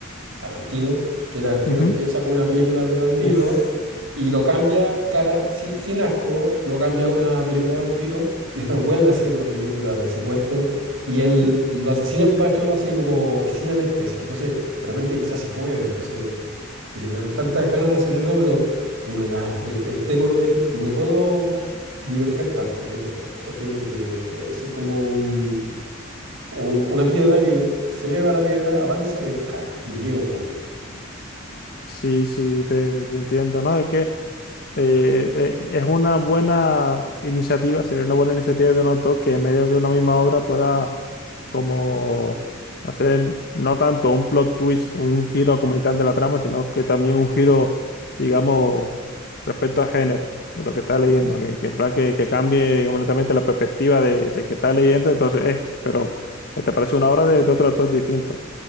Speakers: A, on the right; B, on the left.
A: Tarantino, que Tarantino
B: ujú,
A: empieza con una película de bandidos
B: uf,
A: y lo cambia cara, si- sin asco, lo cambia a una película de vampiros y después vuelve a hacer una película de secuestro y él
B: sí.
A: lo asesina en pacho así como y sin anestesia. Entonces, de repente quizás se puede. Entonces, eh, me dan tantas ganas de hacer eso, pero digo, ya, eh, te- tengo que ter- no puedo diverger tanto. Tiene, esto, esto tiene que ser como un, un- una piedra que se eleva la piedra, avanza y después cae y llega a un punto.
B: Sí, sí, te, te entiendo, ¿no? Es que eh, eh, es una buena iniciativa, sería una buena iniciativa de un autor que en medio de una misma obra pueda como hacer no tanto un plot twist, un giro argumental de la trama, sino que también un giro, digamos, respecto al género de lo que está leyendo, que, que en plan que, que cambie completamente la perspectiva de, de que está leyendo, entonces, eh, pero te parece una obra de, de otro autor distinto.